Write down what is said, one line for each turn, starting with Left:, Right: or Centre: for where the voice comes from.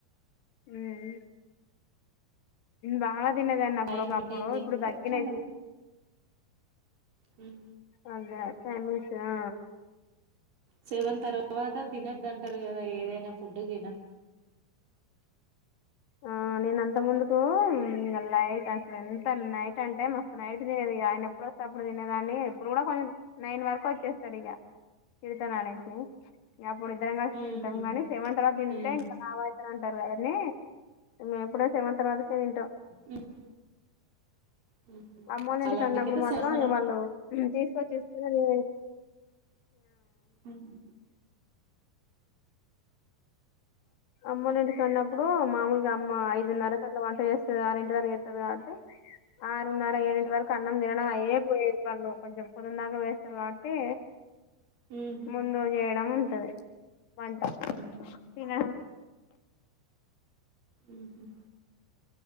Left: మ్ బా తినేదన్న అప్పుడు
Right: టైం
Left: ఒకప్పుడు
Right: మెయింటైన్ చేస్తే
Left: ఇప్పుడు తగ్గినాయి
Right: కొంచెం మ్
Left: అదే టైమింగ్స్ ఆ
Right: సేవన్ తర్వాత తినొద్దంటారు కదా ఏదైనా ఫుడ్ తిన
Left: ఆ నేను అంత ముందుకు నైట్ అసలు ఎంత నైట్ అంటే మస్తు నైట్ తినేది ఆయనప్పుడు అప్పుడు తినేదాన్ని ఇప్పుడు కూడా కొంచెం నైన్ వరకు వచ్చేస్తాడు ఇక తిడుతున్న అనేసి ఇ అప్పుడు ఇద్దరం కలిసి
Right: హ్మ్
Left: తింటాం
Right: హు
Left: కానీ సెవెన్ తర్వాత తింటే
Right: హ్మ్
Left: ఇంకా లావు అయితాను అంటారు కదా అని మేము ఎప్పుడో సెవెన్ తర్వాతకే తింటాం
Right: హ్మ్ హ్మ్
Left: అమ్మోల్ల
Right: చాలా
Left: ఇంటికి వెళ్లి
Right: మందికైతే
Left: న్నప్పుడు మాత్రం
Right: సెవెన్ మనం
Left: వాళ్ళు తీసుకొచ్చిస్తే నే
Right: ఉమ్
Left: అమ్మోల్ల ఇంటికి వెళ్ళి నప్పుడు అమ్మ మామూలుగా అమ్మ ఐదు నర కట్ల వంట చేస్తాది ఆరెంటి వరకు చేస్తాది కాబట్టి అంటే ఆరున్నర ఏడింటి వరకు అన్నం తినడం అయ్యే పోయేది వాళ్ళు కొంచెం పుదు దాక వేస్తారు కాబట్టి
Right: హ్మ్ హ్మ్
Left: ముందు చేయడం ఉంటది వంట
Right: హ్మ్
Left: తిన
Right: ఉ హు